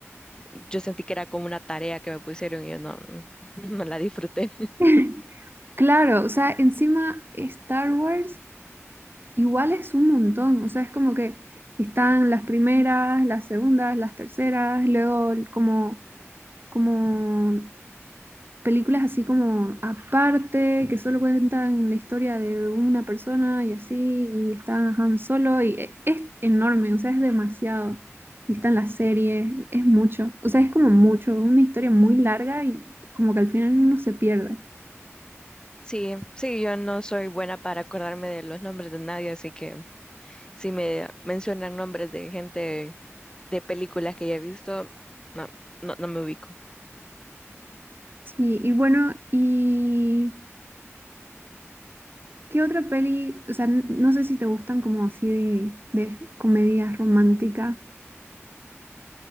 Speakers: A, on the left; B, on the right.
A: yo sentí que era como una tarea que me pusieron y yo no, <laughs> no la disfruté.
B: <laughs> Claro, o sea, encima Star Wars igual es un montón, o sea, es como que están las primeras, las segundas, las terceras, luego como, como películas así como aparte, que solo cuentan la historia de una persona y así, y está Han Solo, y e- es enorme, o sea, es demasiado. Y están las series, es mucho, o sea, es como mucho, una historia muy larga y como que al final uno se pierde.
A: Sí, sí, yo no soy buena para acordarme de los nombres de nadie, así que si me mencionan nombres de gente de películas que ya he visto, no, no, no me ubico.
B: Sí, y bueno, ¿y qué otra peli? O sea, n- no sé si te gustan como así de, de comedias románticas.